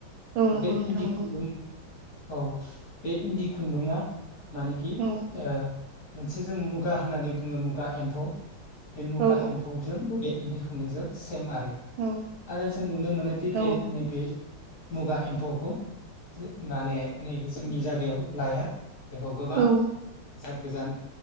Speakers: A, on the right; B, on the left.
A: औ
B: दा
A: नंगौ
B: बे
A: नोंथां
B: इन्दि
A: नंगौ
B: खुन्दुं औ बे इन्दि खुन्दुंआ मानिखि
A: औ
B: ओ मोनसे जों मुगा होननानै बुङो मुगा एम्फौ। बे मुगा
A: औ
B: एम्फौजों इन्दि खुन्दुंजों सेम आरो
A: औ
B: आरो जों नुनो मोनोदि
A: औ
B: बे नैबे मुगा एम्फौखौ माने नैबे जोंनि जागायाव लाया बेखौ गोबां
A: औ
B: गोजान गोजान